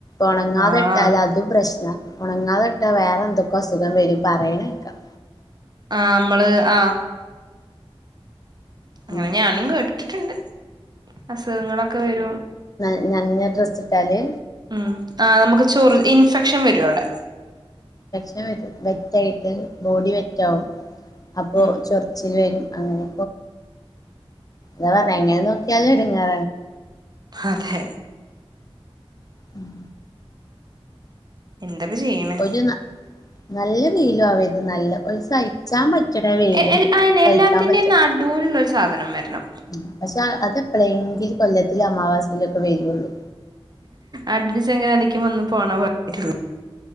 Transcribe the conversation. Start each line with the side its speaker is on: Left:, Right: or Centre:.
Left: ഒണങ്ങാതിട്ടാൽ
Right: ആഹ്
Left: അതും പ്രശ്നമാ. ഒണങ്ങാതിട്ടാൽ വേറെന്തോ. അസൊഖം വെരും. പറയണേക്കാം.
Right: ആ നമ്മെള് ആ ങ്ങനെ
Left: ഉം
Right: ഞാനും കേ ച്ചിട്ടൊണ്ട് അസൊഖങ്ങളൊക്കെ വെരും
Left: എന്നാ ഡ്രസ്സിട്ടാല്.
Right: <unintelligible> ആ നമ്മെക്ക് ചൊറിൽ ഇൻ പെക്ഷൻ വെരുമവടെ.
Left: <unintelligible> നെറ്റൈപ്പ് ബോഡിവേറ്റോ അപ്പോ
Right: ഉം
Left: ചൊറിച്ചിലായ് അങ്ങെനെ. അതേപ്പറ്ണേ അങ്ങെനെ നോക്കിയാലേടങ്ങ്.
Right: പതെ
Left: ഉം
Right: എന്ത് ചെയ്യണ്
Left: ഒരു ന നല്ല നീലയവൾക് നല്ല ഓയ്സ് അഴിച്ചപ്പറ്റ്ണ വെയില്
Right: എ എൽ അയന്നെ
Left: സഹിക്കാൻ
Right: എല്ലാത്തിന്റെയും
Left: പറ്റൽ
Right: നടുവിലുള്ള ഒരു സാധനം വെർണം
Left: ഉം പക്ഷേ അത് പ്ലേകിൽ കൊല്ലത്തില് അമാവാസിലൊക്കെ വെരുവൊള്ളൂ.
Right: അണ്ടന്യൂസങ്ങനെടിക്കുമ്പോ ഒന്നു പോണപ്പോലെയ